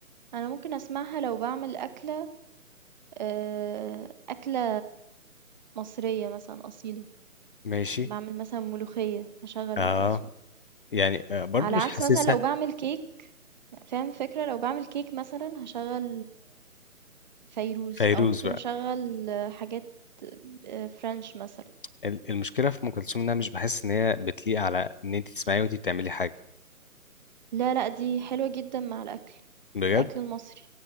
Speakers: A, on the right; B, on the left.
A: انا ممكن اسمعها لو بعمل اكله آه، أكلة مصرية مثلا أصيلة
B: ماشي
A: بعمل مثلا ملوخية هشغل
B: اه
A: أم كلثوم
B: يعني آه، برضو
A: على
B: مش
A: عكس
B: حاسسها
A: مثلا لو بعمل كيك فاهم فكرة لو بعمل كيك مثلا هشغل فيروز
B: فيروز
A: أو ممكن
B: بقى
A: أشغل حاجات فرنش مثلا
B: ال- المشكله في ام كلثوم انها مش بحس ان هي بتليق على ان انت تسمعي وانت بتعملي حاجه
A: لا لا دي حلوة جدا مع الأكل
B: بجد
A: الأكل المصري